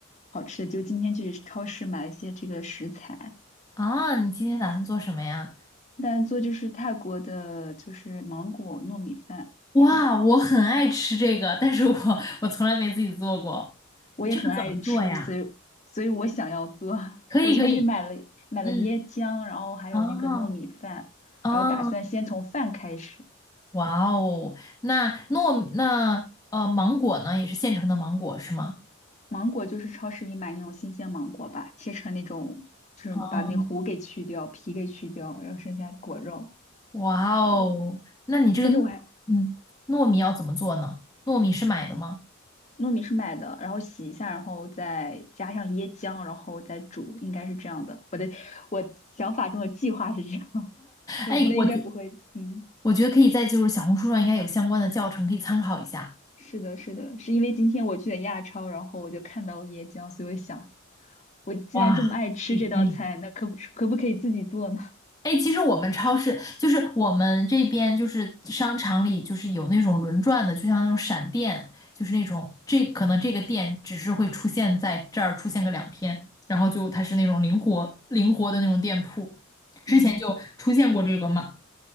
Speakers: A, on the left (about 35°); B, on the left (about 15°).
A: 好吃的，就今天去超市买了一些这个食材，
B: 啊，你今天打算做什么呀？
A: 但做就是泰国的，就是芒果糯米饭，
B: 哇，
A: 是吗？
B: 我很爱吃这个，但是我我从来没自己做过。
A: 我也很爱吃，
B: 这个怎么做呀？
A: 所以所以我想要做，<laughs>
B: 可以，
A: 我就去买了买了椰浆，
B: 可以，嗯，
A: 然后还有那个糯米饭，
B: 啊啊，
A: 然后打算先从饭开始。
B: 哇哦，那糯那呃芒果呢，也是现成的芒果是吗？
A: 芒果就是超市里买那种新鲜芒果吧，切成那种，就是把那核给去掉，
B: 啊，
A: 皮给去掉，然后剩下果肉。
B: 哇哦，
A: 这样。
B: 那你这个糯嗯糯米要怎么做呢？
A: 但是我还
B: 糯米是买的吗？
A: 糯米是买的，然后洗一下，然后再加上椰浆，然后再煮，应该是这样的。我的我想法中的计划是这样，<laughs> 我觉得应该不会。
B: 哎，我觉
A: 嗯，
B: 我觉得可以在就是小红书上应该有相关的教程可以参考一下。
A: 是的，是的，是因为今天我去了亚超，然后我就看到了椰浆，所以我想，我既然这么爱吃这道菜，
B: 哇，可以可以，
A: 那可不可不可以自己做呢？
B: 哎，其实我们超市就是我们这边就是商场里就是有那种轮转的，就像那种闪电，就是那种这可能这个店只是会出现在这儿出现个两天，然后就它是那种灵活灵活的那种店铺。之前就出现过这个芒
A: <laughs> 嗯，